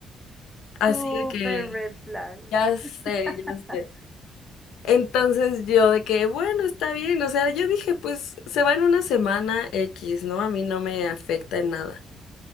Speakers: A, on the left; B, in the centre.
A: Así
B: Súper
A: de que
B: red flag.
A: ya sé,
B: <laughs>
A: ya sé. Entonces yo de que, bueno, está bien. O sea, yo dije, pues se va en una semana X, ¿no? A mí no me afecta en nada.